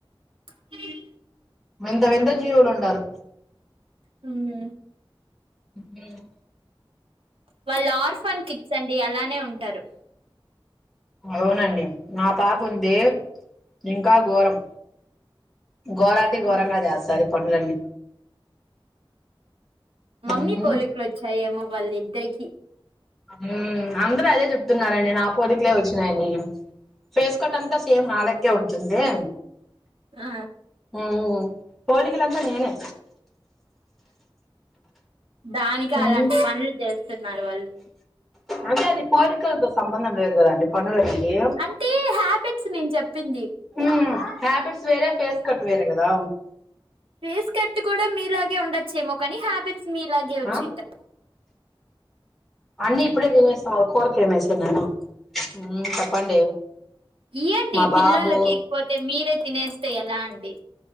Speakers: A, on the right; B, in the centre.
A: హ <inaudible>
B: వింత వింత జీవులు ఉండరు
A: హ్మ్
B: హ్మ్
A: వళ్ల్ ఆర్ఫన్ కిట్స్ అంట్ ఏ అలానే ఉంటరు
B: అవునండి నా పాపు ఉంది ఇంకా ఘోరం ఘోరాతి
A: అవును
B: ఘోరంగా చేస్తాది పనులన్ని
A: మమ్మీ
B: మ్మ్
A: పోలికలు వచ్చాయేమో వాళ్ళిద్దరికి
B: హ్మ్ అందరూ అదే చెప్తున్నారండి నా పోలికలే వచ్చినాయని ఫేస్ కట్ అంతా సేమ్ నాలక్కే ఉంటుందే.
A: ఆ
B: హ్మ్ పోలికలంతా నేనే
A: దానికి
B: మ్మ్
A: అలాంటి పనులు చేస్తద్ న్నర్ వళ్ళు
B: అంటే అది కోరికలతో సంబంధం లేేదు కదాండి పనులవి ఏమ్
A: అంటే హ్యాబిట్స్ నేను చెప్పింది
B: హ్మ్ హేబిట్స్ వేరే ఫేస్ కట్ వేరే కదా
A: ఫేస్ కట్ కూడా మీలాగే ఉండచ్చేమో కానీ హ్యాబిట్ త్స్ మీలాగే వచ్చింటయ్
B: ఆ అన్నీ ఇప్పుడే తినేసాం కూరకు ఏమేసేద్ నేను హ్మ్ చెప్పండి
A: ఇయ్యండి
B: మా
A: పిల్లలకి
B: బాబు
A: ఈక్ పోతే మీరే తినేస్తే ఎలా అండి